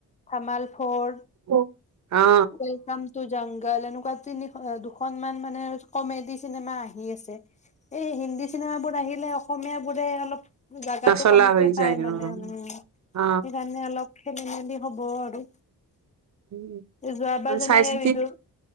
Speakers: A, on the left; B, on the right.
A: ধামাল ফৰ
B: অ অ
A: ওৱেলকাম টু জংগল এনেকোৱা তিনি দুখন মান মানে কমেডি চিনেমা আহি আছে এই হিন্দী চিনেমাবোৰ আহিলে অসমীয়া বোৰে অলপ জাগাটো
B: নচলা
A: কমকে
B: হৈ
A: পাই
B: যায়
A: মানে
B: অ
A: উম
B: অ
A: সেইকাৰণে অলপ খেলি মেলি হব আৰু
B: উম
A: যোৱাবাৰ
B: অকন
A: যেনেকে
B: চাই চিতি
A: বিদুৰ